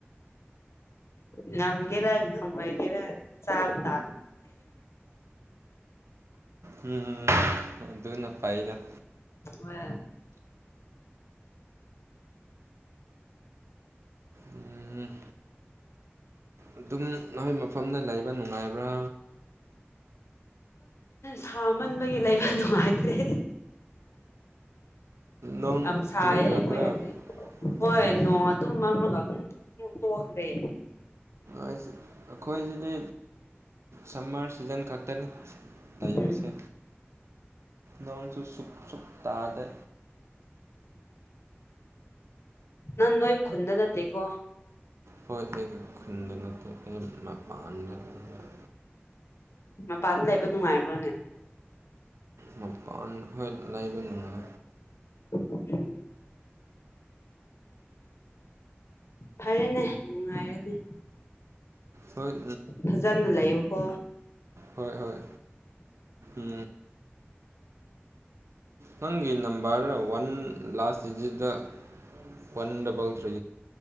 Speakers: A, on the left; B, on the right.
A: ꯉꯝꯒꯦꯔꯝꯒꯦꯔ ꯆꯥꯕ ꯇ
B: ꯎꯝ ꯑꯗꯨꯅ ꯄꯥꯏꯒ
A: ꯍ
B: ꯎꯝ ꯑꯗꯨꯝ ꯅꯈꯣꯏ ꯃꯐꯝꯗ ꯂꯩꯕ ꯅꯨꯡꯉꯥꯏꯕ꯭ꯔꯥ
A: ꯁꯥꯃꯟꯕꯒꯤ ꯂꯩꯕ ꯅꯨꯡꯉꯥꯏꯇ꯭ꯔꯦ
B: ꯅꯣꯡ
A: ꯌꯥꯝ ꯁꯥꯏꯌꯦ
B: ꯆꯨꯗ꯭ꯔꯕ꯭ꯔꯥ
A: ꯑꯩꯈꯣꯏꯗꯗꯤ ꯍꯣꯏ
B: ꯑꯣ
A: ꯅꯣꯡ ꯑꯗꯨꯨꯝ ꯑꯃꯝꯃꯒ ꯑꯗꯨꯝ ꯇꯣꯈꯗꯦ
B: ꯑꯩꯈꯣꯏꯁꯤꯗꯤ ꯁꯝꯃꯔ ꯁꯤꯖꯟ ꯈꯛꯇꯅꯤ ꯇꯏꯕꯁꯦ
A: ꯎꯝ
B: ꯅꯣꯡꯁꯨꯨ ꯁꯨ ꯁꯨ ꯇꯥꯗ
A: ꯅꯪ ꯅꯣꯏ ꯈꯨꯟ ꯅ ꯇꯦꯒꯣ
B: ꯍꯣꯏ ꯑꯩꯒꯤ ꯈꯨꯟꯗ ꯉ ꯑꯩ ꯃꯄꯥꯟꯗ ꯂꯩ
A: ꯃꯄꯥꯟꯗ ꯂꯩꯕ ꯅꯨꯡꯉꯥꯏꯕ꯭ꯔꯣꯅꯦ
B: ꯃꯄꯥꯟ ꯍ ꯂꯩ ꯂꯩꯕꯅꯨꯡ
A: ꯎꯝ ꯐꯔꯦꯅꯦ ꯅꯨꯡꯉꯥꯏꯔꯗꯤ
B: ꯁꯣꯏ
A: ꯐꯖꯅ ꯂꯩꯌꯨꯀꯣ
B: ꯍꯣꯏ ꯍꯣꯏ ꯎ ꯅꯪꯒꯤ ꯅꯝꯕꯔ ꯋꯥꯟ ꯂꯥꯁ ꯗꯤꯖꯤꯠꯠꯇ ꯋꯥꯟ ꯗꯕꯜ ꯊ꯭ꯔꯤ